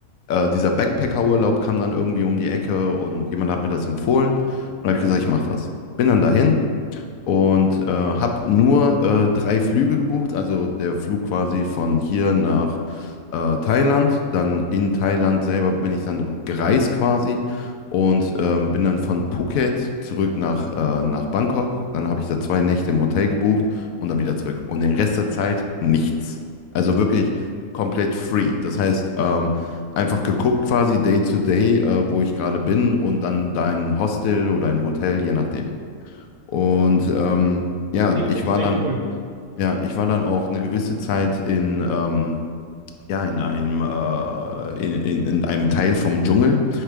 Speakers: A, on the left (about 75°); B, on the right (about 70°).
A: äh, dieser Backpacker-Urlaub kam dann irgendwie um die Ecke und jemand hat mir das empfohlen und habe ich gesagt, ich mache das. Bin dann dahin und äh, habe nur äh, drei Flüge gebucht, also der Flug quasi von hier nach äh, Thailand, dann in Thailand selber bin ich dann gereist quasi und ähm, bin dann von Phuket zurück nach, äh, nach Bangkok, dann habe ich da zwei Nächte im Hotel gebucht und dann wieder zurück und den Rest der Zeit nichts. Also wirklich komplett free. Das heißt, ähm, einfach geguckt quasi day to day, äh, wo ich gerade bin und dann dein Hostel oder ein Hotel, je nachdem. Und ähm, ja,
B: klingt
A: ich
B: extrem
A: war dann,
B: cool.
A: ja, ich war dann auch eine gewisse Zeit in, ähm, ja, in einem, äh, in, in, in einem Teil vom Dschungel.